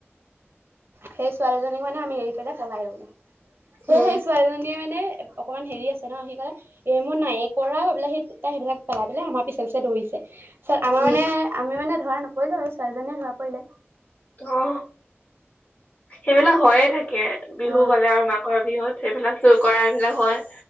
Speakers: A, on the right; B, on the left.
A: সেই ছোৱালীজনীক মানে আমি এৰি পেলাই পলাই গলো। সে-
B: উম
A: সেই ছোৱালীজনীয়ে মানে অকমান হেৰি আছে ন, সেইকাৰণে এ, মই নাই এ কৰা অ' এইবিলাক হেইত তাই সেইবিলাক পেলাই পেলাই, আমাৰ পিছে পিছে দৌৰিছে। ছত, আমাৰ
B: উম
A: মানে, আমি মানে ধৰা নপৰিলোঁ আৰু, ছোৱালীজনীয়ে ধৰা পৰিলে।
B: অ সেইবিলাক হৈয়ে থাকে, বিহু
A: অ
B: বজাৰ আৰু মাঘৰ বিহুত, সেইবিলাক চুৰ কৰা এইবিলাক হয়।